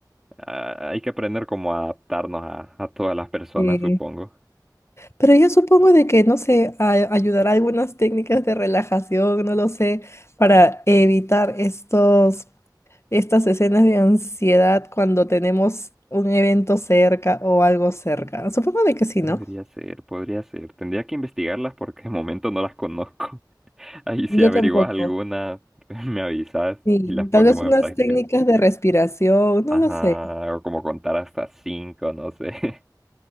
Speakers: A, in the centre; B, on the left.
A: ah, hay que aprender cómo adaptarnos a, a todas las personas,
B: Sí.
A: supongo.
B: Pero yo supongo de que, no sé, a- ayudará algunas técnicas de relajación, no lo sé, para evitar estos, estas escenas de ansiedad cuando tenemos un evento cerca o algo cerca. Supongo de que sí,
A: Podría
B: ¿no?
A: ser, podría ser. Tendría que investigarlas porque de momento no las conozco. <laughs> Ahí si
B: Yo
A: averiguas
B: tampoco.
A: alguna, <laughs> me avisas
B: Sí,
A: y las ponemos
B: tal vez unas
A: en práctica.
B: técnicas de respiración, no
A: Ajá,
B: lo sé.
A: o como contar hasta cinco, no sé. <laughs>